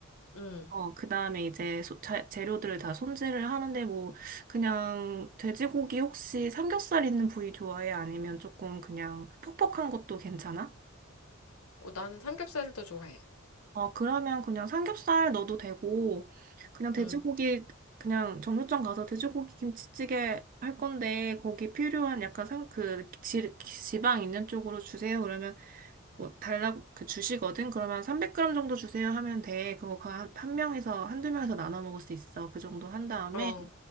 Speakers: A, on the left; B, on the right.
A: 음.
B: 어, 그 다음에 이제 소- 자- 재료들을 다 손질을 하는데 뭐 그냥 돼지고기 혹시 삼겹살 있는 부위 좋아해? 아니면 조금 그냥 퍽퍽한 것도 괜찮아?
A: 어, 나는 삼겹살을 더 좋아해.
B: 어, 그러면 그냥 삼겹살 넣어도 되고, 그냥 돼지고기,
A: 음,
B: 그냥 정육점 가서 돼지고기 김치찌개 할 건데, 거기 필요한 약간 상, 그, 지, 지방 있는 쪽으로 주세요. 그러면, 뭐, 달라고, 그, 주시거든? 그러면 300g 정도 주세요 하면 돼. 그거 그 한, 한 명에서, 한두 명에서 나눠 먹을 수 있어. 그 정도 한 다음에,
A: 어,